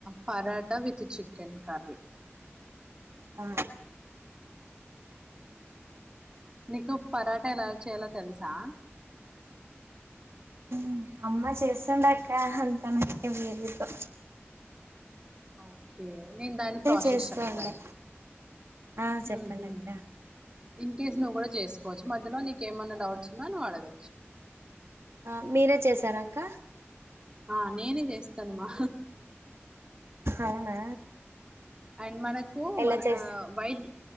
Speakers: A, on the right; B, on the right.
A: పరాట విత్ చికెన్ కర్రీ
B: ఆ
A: నీకు పరాటా ఎలా చేయాలో తెలుసా
B: ఉ అమ్మా చేస్తుందక్కా అంత నాకేం తెలీదు
A: అవ్ ఏ నేను దాన్ని ప్రాసెస్
B: చేస్తాండే
A: చెప్తాను
B: ఆ చెప్పండి
A: ఊహు
B: అక్క
A: ఇన్ కేస్ నువ్వు కూడా చేసుకోవచ్చు మధ్యలో నీకేమన్నా డౌట్స్ ఉన్నా నువ్వు అడగచ్చు
B: ఆ మీరే చేసారా అక్క
A: ఆ నేనే చేస్తానుమా
B: అవునా
A: అండ్ మనకు
B: ఎలా
A: మన
B: చేస్
A: ఆ వైట్